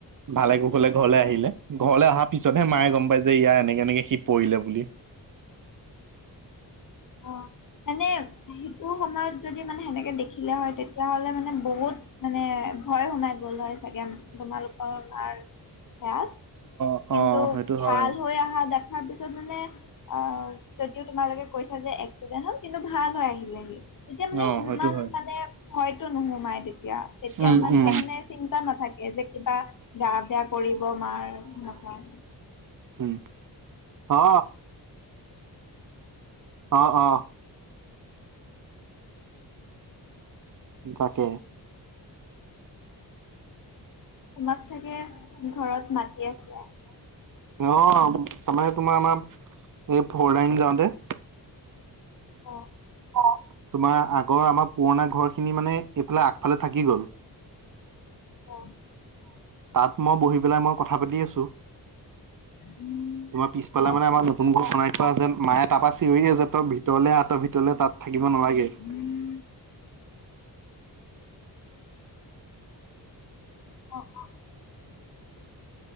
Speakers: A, on the right (about 50°); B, on the left (about 50°).
A: ভালে কুশলে ঘৰলে আহিলে, ঘৰলে অহাৰ পিছতহে মায়ে গম পায় যে ইয়াৰ এনেকে এনেকে সি পৰিলে বুলি
B: অ, মানে সেইটো সময়ত যদি মানে সেনেকে দেখিলে হয় তেতিয়াহ'লে মানে বহুত মানে ভয় সোমাই গল হয় চাগে তোমালোকৰ মাৰ সেয়াত
A: অ।
B: কিন্তু
A: সেইটো
B: ভাল
A: হয়
B: হৈ অহা দেখাৰ পিছত মানে, অ যদিও তোমালোকে কৈছা যে এক্সিডেন্ট হ'ল, কিন্তু ভাল হৈ আহিলেহি। তেতিয়া মানে
A: অ
B: সিমান
A: সেইটো হয়
B: মানে ভয়তো নোহোমাই তে- তিয়া তেতিয়া
A: উম
B: ইমানটা
A: উম
B: মানে চিন্তা নাথাকে যে কিবা গা বেয়া কৰিব মাৰ নহয়।
A: উম, অ। অ অ। তাকে।
B: তোমাক চাগে ঘৰত মাতি আছে?
A: অ আমাৰ তোমাৰ আমাৰ এই ফৰলাইন যাওঁতে
B: অ।
A: অ, তোমাৰ আগৰ আমাৰ পুৰণা ঘৰ খিনি মানে এইফালে আগফালে থাকি গ'ল।
B: অ।
A: তাত মই বহি পেলাই মই কথা পাতি আছো।
B: <unintelligible>
A: তোমাৰ পিছ পালে
B: অ
A: মানে আমাৰ
B: অ
A: নতুন ঘৰ বনাই থোৱা আছে মায়ে তাৰপৰা চিঞৰি আছে ত‌ই ভিতৰলে আহ ত‌ই ভিতৰলে তাত থাকিব নালাগে।
B: <unintelligible> অ' অ।